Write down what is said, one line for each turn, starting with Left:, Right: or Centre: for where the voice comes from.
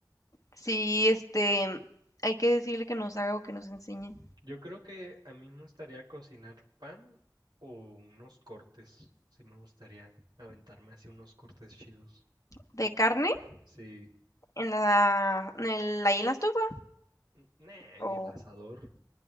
Left: Sí, este, hay que decirle que nos haga o que nos enseñe.
Right: Yo creo que a mí me gustaría cocinar pan o unos cortes. Sí me gustaría aventarme así unos cortes chidos.
Left: ¿De carne?
Right: Sí.
Left: ¿En la, en el- ahí en la estufa?
Right: N- Nah, en
Left: ¿O
Right: el asador.